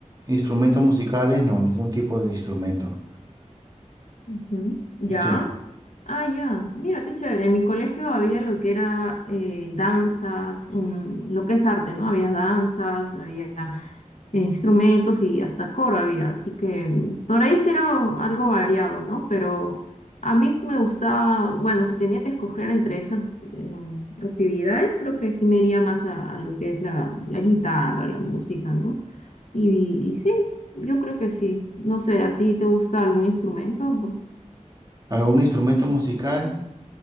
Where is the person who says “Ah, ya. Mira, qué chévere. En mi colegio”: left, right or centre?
Left